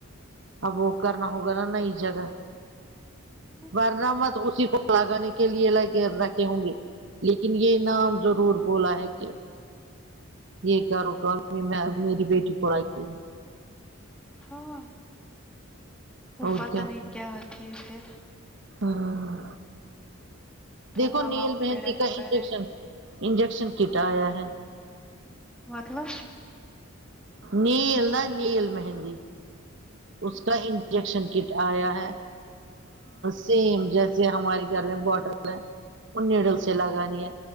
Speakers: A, on the right; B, in the centre.
A: اب وہ کرنا ہوگا نا نئی جگہ
B: <unintelligible>
A: ورنہ مت اسی کو لگانے کے لیے لگ رکھے ہوں گے لیکن یہ نام ضرور بولا ہے کہ یہ کر رٹا میری بیٹی <unintelligible>
B: ہاں وہ
A: اور
B: پتا نہیں کیا تھے پھر
A: ہاں
B: تو
A: دیکھو
B: اللہ
A: نیل
B: ان
A: مہیند
B: پہ رحم
A: کا
B: کرے
A: انجیکشن انجیکشن کٹ آیا ہے
B: مطلب
A: نیل نا نیل مہندی
B: ہم،
A: اس کا ان جیکشن کٹ آیا ہے
B: ہم،
A: سیم جیسے ہمارے گھر میں بوٹل ہے وہ نیوڈلس
B: ہم
A: سے لگانی ہے